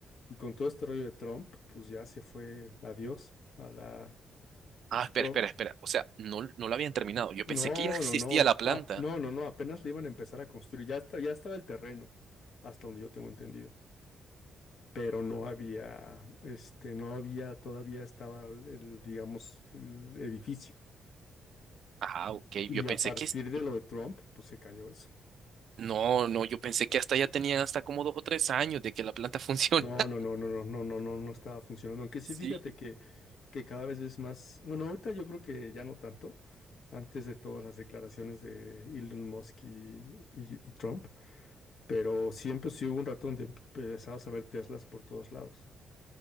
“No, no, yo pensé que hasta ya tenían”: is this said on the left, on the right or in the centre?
Right